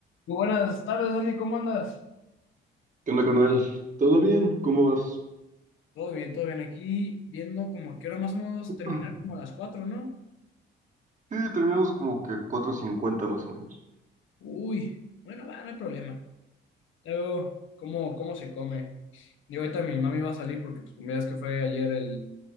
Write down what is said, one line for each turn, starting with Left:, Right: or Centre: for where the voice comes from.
Left: Muy buenas tardes, Dani, ¿cómo andas?
Right: ¿Qué onda, carnal? ¿Todo bien? ¿Cómo vas?
Left: Todo bien, todo bien. Aquí viendo como a qué hora más o menos terminar,
Right: Mm,
Left: como a las 4, ¿no?
Right: Sí, terminamos como que cuatro cincuenta más o menos.
Left: Uy, bueno, va, no hay problema. Ya veo cómo, cómo se come. Y ahorita mi mami va a salir porque, pues, como ya es que fue ayer el,